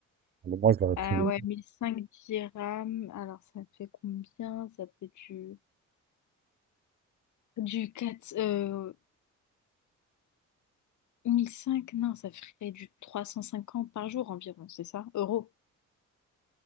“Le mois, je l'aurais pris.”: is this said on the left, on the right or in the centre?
Right